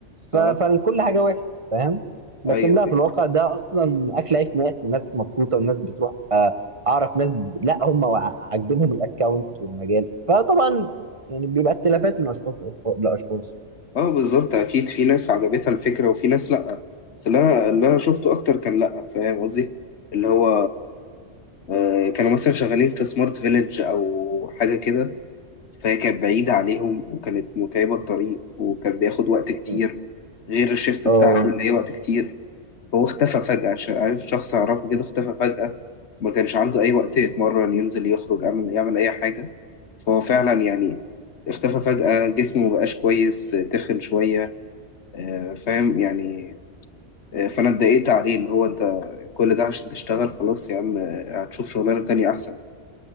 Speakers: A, on the right (about 30°); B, on the left (about 70°).
A: ف-
B: أه
A: فالكل حاجه وحشه فاهم لكن
B: أيوه
A: لا
B: أيوه
A: في الواقع ده اصلا اكل عيش ناس وناس مبسوطه وناس بتروح آه، اعرف ناس ب- لا هم ع- عاجبينهم الاكونت والمجال فطبعا يعني بيبقى اختلافات من اشخاص لأشخاص لاشخاص
B: أه بالظبط أكيد في ناس عجبتها الفكرة وفي ناس لأ بس اللي أنا اللي أنا شفته أكتر كان لأ فاهم قصدي اللي هو أه كانوا مثلا شغالين في سمارت فيليج أو حاجة كده فهي كانت بعيدة عليهم وكانت متعبة الطريق وكان بياخد وقت كتير
A: م.
B: غير الشيفت
A: آه،
B: بتاعته اللي هي وقت كتير هو اختفى فجأة عشان عارف شخص أعرفه كده اختفى فجأة ما كانش عنده أي وقت يتمرن ينزل يخرج يعمل يعمل أي حاجة فهو فعلا يعني اختفى فجأة جسمه مبقاش كويس تخن شوية آه، فاهم يعني آه، فأنا اتضايقت عليه اللي هو أنت كل ده عشان تشتغل خلاص يا عم آه، هتشوف شغلانة تانية أحسن